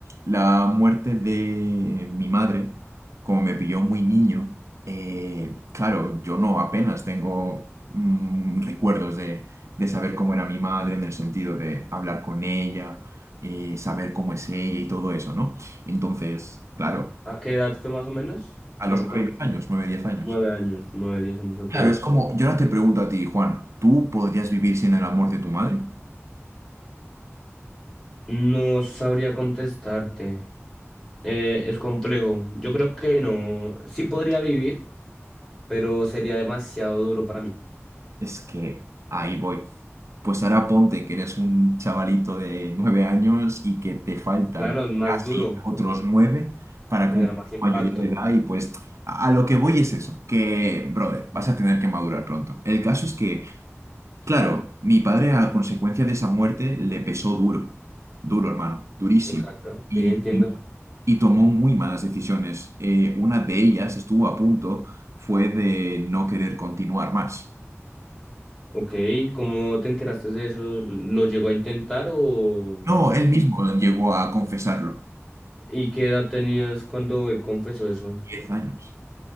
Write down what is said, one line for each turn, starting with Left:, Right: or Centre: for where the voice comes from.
Right: La muerte de mi madre, como me pilló muy niño, eh, claro, yo no apenas tengo mm, recuerdos de, de saber cómo era mi madre en el sentido de hablar con ella, eh, saber cómo es ella y todo eso, ¿no? Entonces, claro,
Left: ¿A qué edad fue más o menos?
Right: a
Left: Me
Right: los
Left: recuerdo.
Right: 9 10 años, 9 10 años.
Left: Nueve años, nueve, diez años, ok.
Right: Claro, es como, yo ahora te pregunto a ti, Juan, ¿tú podrías vivir sin el amor de tu madre?
Left: No sabría contestarte. Eh, es complejo. Yo creo que no. Sí podría vivir, pero sería demasiado duro para mí.
Right: Es que ahí voy. Pues ahora ponte que eres un chavalito de nueve años y que te faltan
Left: Claro, es más
Right: casi
Left: duro,
Right: otros nueve para
Left: genera
Right: cumplir
Left: más impacto.
Right: la mayoría de edad y pues a a lo que voy es eso, que, brother, vas a tener que madurar pronto. El caso es que, claro, mi padre a consecuencia de esa muerte le pesó duro, duro hermano, durísimo.
Left: Exacto.
Right: Y,
Left: Sí, entiendo.
Right: y- y tomó muy malas decisiones. Eh, una de ellas estuvo a punto, fue de no querer continuar más.
Left: Ok, ¿cómo te enteraste de eso? ¿Lo llegó a intentar o...?
Right: No, él mismo llegó a confesarlo.
Left: ¿Y qué edad tenías cuando él confesó eso?
Right: Diez años.